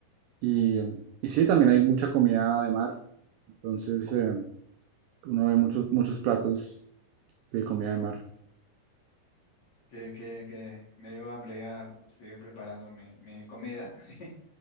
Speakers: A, on the right; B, on the left.
A: Y, y sí, también hay mucha comida de mar. Entonces eh, uno ve muchos, muchos platos de comida de mar.
B: Que, que, que me dio hambre ya seguir preparando mi, mi comida. <laughs>